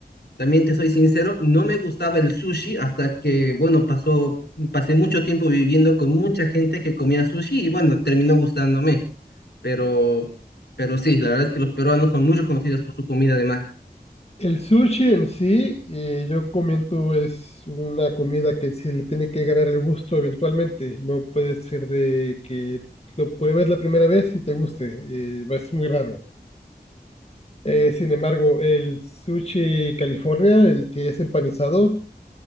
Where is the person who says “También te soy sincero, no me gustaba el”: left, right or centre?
Left